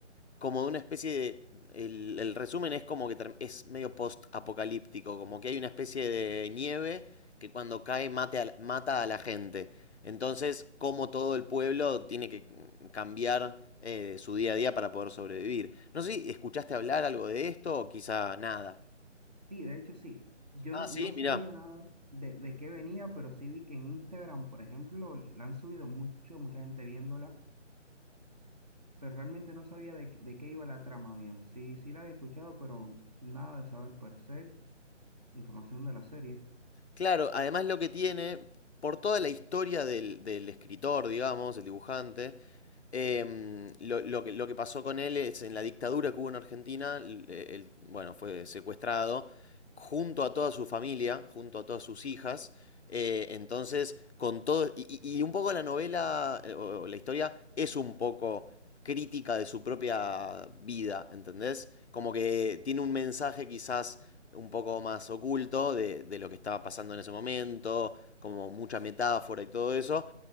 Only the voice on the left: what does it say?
como de una especie de. El, el resumen es como que term- es medio post-apocalíptico, como que hay una especie de nieve que cuando cae mate a la- mata a la gente. Entonces, como todo el pueblo tiene que mm, cambiar eh, su día a día para poder sobrevivir. No sé si escuchaste hablar algo de esto o quizá nada.
Ah,
sí,
mirá.
Claro, además lo que tiene, por toda la historia del, del escritor, digamos, el dibujante, em, lo, lo que, lo que pasó con él es en la dictadura que hubo en Argentina, l- eh, él, bueno, fue secuestrado junto a toda su familia, junto a todas sus hijas, eh, entonces con todo, y, y- y un poco la novela eh, o o la historia es un poco crítica de su propia vida, ¿entendés? Como que tiene un mensaje quizás un poco más oculto de, de lo que estaba pasando en ese momento, como mucha metáfora y todo eso.